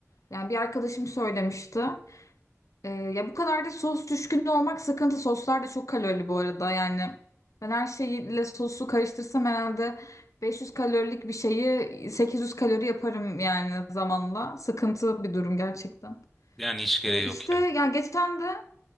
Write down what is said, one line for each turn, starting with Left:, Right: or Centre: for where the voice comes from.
Left: Yani bir arkadaşım söylemişti. Ee, ya bu kadar da sos düşkünü olmak sıkıntı. Soslar da çok kalorili bu arada. Yani ben her şeyle sosu karıştırsam herhalde 500 kalorilik bir şeyi 800 kalori yaparım yani zamanla. Sıkıntı bir durum gerçekten.
Centre: yani hiç gereği
Left: Ee, işte
Centre: yok ya.
Left: ya geçen de